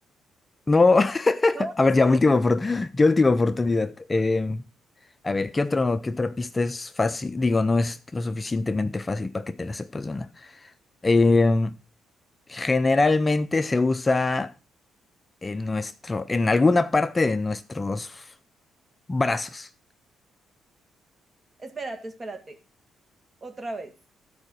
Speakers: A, on the left; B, on the right.
A: No. <laughs>
B: No, no
A: A ver,
B: sé,
A: ya, última, opor- <laughs> ya última oportunidad. Em, a ver, ¿qué otro, qué otra pista es fácil? Digo, no es lo suficientemente fácil para que te la sepas de una. Em, generalmente se usa en nuestro, en alguna parte de nuestros brazos.
B: Espérate, espérate. Otra vez.